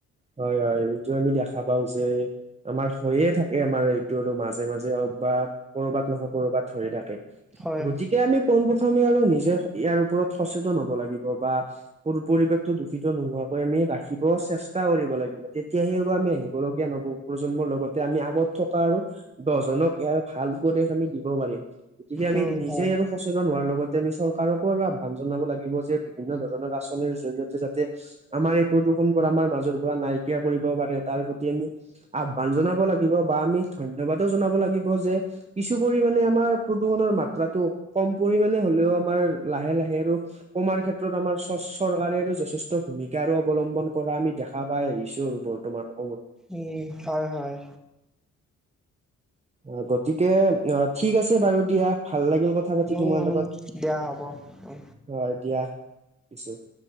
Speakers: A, on the right (about 20°); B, in the centre.
A: হয়-হয় এইটো আমি দেখা <inaudible> পাওঁ যে <unintelligible> আমাৰ হৈয়ে থাকে আমাৰ এইটো আৰু মাজে-মাজে হওক বা কৰবাত নহওক কৰবাত হৈয়ে থাকে। <inaudible>
B: হয়
A: গতিকে আমি পোনপ্ৰথমে আৰু নিজে ইয়াৰ ওপৰত সচেতন হব লাগিব বা <unintelligible> পৰিৱেশতো দূষিত নোহোৱাকৈ আমি ৰাাখিব চেষ্টা <inaudible> চেষ্টা কৰিব লাগিব, তেতিয়াহে আৰু আমি আহিবলগীয়া নৱপ্ৰজন্মৰ লগতে আমি আগত থকা আৰু <unintelligible> দজনক ইয়াৰ ভাল উপদেশ আমি দিব পাৰিম, গতিকে আমি
B: উম
A: নিজে
B: হয়
A: আৰু <inaudible> সচেতন হোৱাৰ লগতে আমি চৰকাৰকো আৰু আহ্বান জনাব লাগিব যে বিভিন্ন ধৰণৰ আঁচনিৰ জৰিয়তে যাতে <unintelligible> আমাৰ এই প্ৰদূষণবোৰ আমাৰ মাজৰ <unintelligible> মাজৰ পৰা নাইকিয়া কৰিব পাৰে তাৰ প্ৰতি আমি আহ্বান জনাব লাগিব বা আমি <unintelligible> ধন্যবাদো জনাব লাগিব যে <inaudible> কিছু পৰিমানে আমাৰ প্ৰদূষণৰ মাত্ৰাটো কম পৰিমানে হলেও আমাৰ লাহে-লাহে আৰু <unintelligible> কমাৰ ক্ষেত্ৰত আমাৰ চ <unintelligible> চৰকাৰে যথেষ্ট ভূমিকা অৱলম্বন কৰা আমি দেখা দেখা পাই আহিছো আৰু বৰ্তমান <unintelligible>
B: উম <unintelligible> হয়-হয়।
A: অ গতিকে অ ঠিক আছে বাৰু দিয়া <unintelligible> ভাল লাগিল কথা পাতি
B: উম
A: তোমাৰ লগত,
B: দিয়া হ'ব উম
A: হয় দিয়া <unintelligible>